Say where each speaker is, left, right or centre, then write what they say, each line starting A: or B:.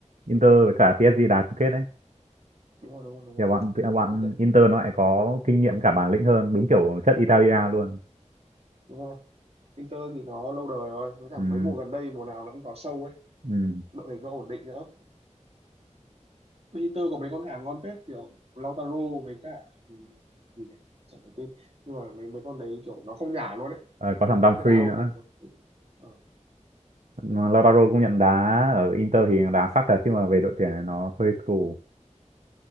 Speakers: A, on the right (about 70°); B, on the right (about 55°).
A: Inter với cả PSG đá chung kết đấy
B: đúng rồi đúng rồi đúng rồi
A: thì bọn bọn
B: đấy, tại-
A: Inter nó lại có kinh nghiệm cả bản lĩnh hơn đúng kiểu chất Italia luôn
B: đúng rồi Inter thì nó lâu đời rồi với cả
A: ừ,
B: mấy mùa gần đây mùa nào nó cũng vào sâu ấy
A: ừ.
B: đội hình nó ổn định nữa Inter có mấy con hàng ngon phết kiểu Lautaro với cả ừ, gì nhỉ chẳng có tên nhưng mà mấy mấy con đấy kiểu nó không nhả luôn đấy
A: Ờ,
B: là
A: có thằng
B: nó
A: Dumfries
B: cứ đá ổn
A: nữa
B: định đâu ờ.
A: Mà Lautaro cũng nhận đá ở Inter thì đá sắc thật chứ mà về đội tuyển này nó hơi tù